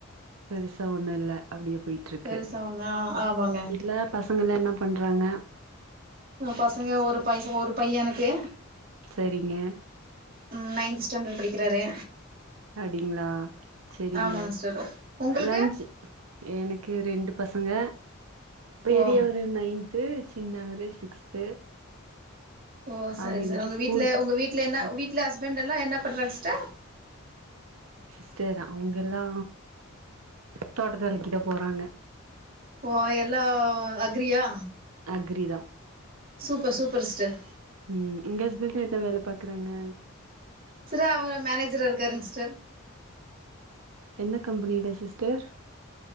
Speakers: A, on the right; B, on the right.
A: பெருசா ஒண்ணு இல்ல அப்டியே போய்ட்ருக்கு
B: பெருசா ஒன்னா ஆமாங்க
A: இல்லப் பசங்களா என்னா பண்றாங்க
B: பசங்க
A: ஸ்கூ
B: ஒரு பைஸ ஒரு பையன் எனக்கே
A: சரிங்க
B: ம் நைன்த்து ஸ்டாண்டட் படிக்கிறாரே
A: அப்டிங்ளா ச்செரிங்க
B: ஆமாங்க சிஸ்டர் உங்களுக்கு
A: அ லன்ச்சு எனக்கு ரெண்டு பசங்க பெரியவர்
B: ஓ
A: ரு நைன்த்து சின்னவரு சிக்ஸ்த்து
B: ஓ சரிங்
A: அவங்க இன்னைக்கு
B: சார் உங்க
A: ஸ்கூல்
B: வீட்ல உங்க வீட்ல என்ன
A: போய்ட்டு
B: வீட்ல ஹஸ்பண்ட் எல்லா என்னா பண்றாங் ஸ்ட்டர்
A: சிஸ்டர் அவ்ங்கல்லா தோட்டத்து வேலைக்கிதா போறாங்க
B: ஓ எல்லவ் அக்ரியா
A: அக்ரி தா
B: சூப்ப சூப்பர் சிஸ்டர்
A: ம் உங்க ஹஸ்பண்டு என்ன வேல பாக்குறாங்க
B: சிரா அவ்ரா மேனேஜரா இருக்காருங் ஸ்டர்
A: எந்த கம்பெனில சிஸ்டர்